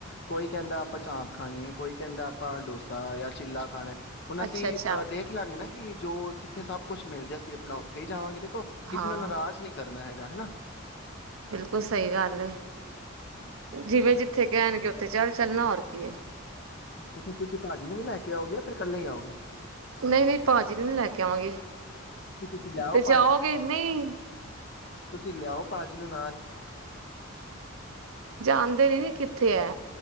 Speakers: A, on the left; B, on the right.
A: ਕੋਈ ਕਹਿੰਦਾ ਆਪਾ ਚਾਪ ਖਾਣੀ ਐ ਕੋਈ ਕਹਿੰਦਾ ਆਪਾ ਡੋਸਾ ਜਾ ਚਿਲਾ ਖਾਣਾ ਐ। ਹੁਣ ਅਸੀ
B: ਅੱਛਾ-ਅੱਛਾ
A: ਅ ਦੇਖਲਾਗੇ ਕਿ ਜੋ ਜਿੱਥੇ ਸਭ ਕੁਛ ਮਿਲਜੇ, ਅਸੀ ਆਪਣਾ ਉੱਥੇ ਵੀ ਜਾਵਾਂਗੇ, ਦੇਖੋ
B: ਹਾਂ-ਹਾਂ
A: ਕਿਸੀ ਨੁੰ ਨਰਾਜ ਨੀ ਕਰਨਾ ਹੈਗਾ। ਹਨਾਂ।
B: ਬਿਲਕੁਲ ਸਹੀ ਗੱਲ ਐ
A: ਹਾਂਜੀ ਹਾਂਜੀ
B: ਜਿਵੇਂ
A: ਹੋਰ
B: ਜਿੱਥੇ ਕਹਿਣਗੇ। ਲੇ ਚਲਨਾ ਹੋਰ ਕਿ ਐ
A: ਅੱਛਾ ਤੇ ਤੁਸੀ ਭਾਜੀ ਨੂੰ ਵੀ ਲੈਕੇ ਆਉਗੇ ਜਾਂ ਫਿਰ ਇਕੱਲੇ ਆਉਗੇ।
B: ਨਹੀ ਨਹੀ ਭਾਜੀ ਨੂੰ ਨਹੀ ਲੈਕੇ ਆਵਾਗੇ
A: ਦੇਖੋ ਤੁਸੀਂ ਲਿਆਓ
B: ਤੇ ਜਾਉਗੇ ਨਹੀ
A: ਤੁਸੀ ਲਿਆਉ ਭਾਜੀ ਨੂੰ ਨਾਲ
B: ਜਾਣਦੇ ਨੀ ਕਿੱਥੇ ਐ?